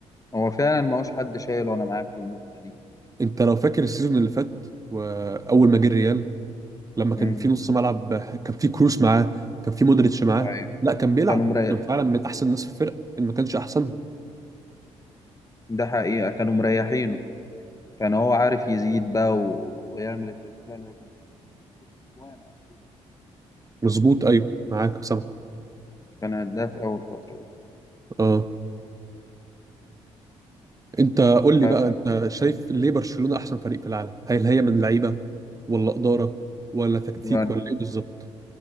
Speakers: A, on the left; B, on the right.
A: هو فعلا ما هوش حد شايل وانا معاك في النقطه
B: انت لو فاكر السيزون اللي فات واول ما جه الريال لما كان
A: دي
B: في نص ملعب كان في كروس معاه كان في مودريتش معاه
A: أيوة.
B: لا كان بيلعب
A: كانوا مريح
B: وكان فعلا من احسن الناس في الفرقة ان ما كانش احسنهم
A: ده حقيقة كانوا مريحينه كان هو عارف يزيد بقى و... ويعمل التجميلة الهجومية يجيب أجوان على طول
B: مظبوط ايوه معاك سامع
A: كان هداف أول فترة دي
B: اه انت قول
A: ف-
B: لي بقى انت شايف ليه برشلونة احسن فريق في العالم هل هي من لعيبة ولا إدارة ولا تكتيك
A: وأنا-
B: ولا ايه بالظبط